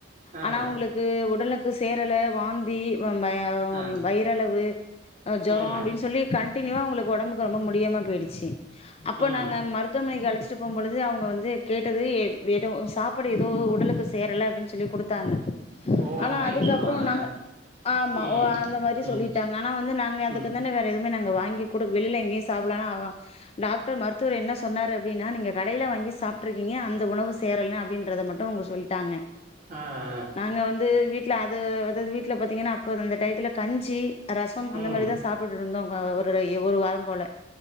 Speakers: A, on the right (about 45°); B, on the left (about 35°).
A: ஆ
B: ஆனா அங்களுக்கு உடலுக்கு சேரல வாந்தி வ வயிற்
A: ஆ
B: இரத்த அளவு ஜூரோ
A: ம்
B: அப்டின்னு சொல்லி கண்டினியூவா அங்களுக்கு ஒடம்புக்கு ரொம்ப முடியாம போயிடுச்சி அப்போ
A: ம்
B: நாங்க மருத்துவமனைக்கு அழச்சிட்டு போம்பொழுது அவுங்க வந்து கேட்டது ஏ ஏதும் சாப் சாப்பாடு ஏதோ உடலுக்கு சேரல அப்டின்னு சொல்லி குடுத்தாங்க
A: ஓவா
B: ஆனா
A: மைன்னு
B: அதுக்கப்புறம்
A: சொல்லுவாங்க
B: நாங்க
A: ஆ
B: ஆமா
A: ம்
B: ஓ அந்த மாரி
A: ம்
B: சொல்லிட்டாங்க ஆனா வந்து நாங்க அதுக்குன்னு
A: ம்
B: பொண்ணுக்கு வேற எதுவுமே நாங்க வாங்கி குடுக் வெளில எங்கயு சாப்புட்லனா அவோ டாக்டர் மருத்துவர் என்ன சொன்னாரு அப்டின்னா நீங்க கடையில வாங்கி சாப்பிட்டு இருக்கீங்க அந்த உணவு சேரலன்னு அப்டின்றத மட்டு அவுங்க சொல்டாங்க
A: ஆ ஆ
B: நாங்க வந்து வீட்டில அது அதாது வீட்ல பாதீங்கன்னா அப்போது அந்த டையத்துல கஞ்சி ரசம் அந்த
A: ம்
B: மாரி தான் சாப் கூப்டுட்டு இருந்தோ க ஒரு இ ஒரு வாரம் போல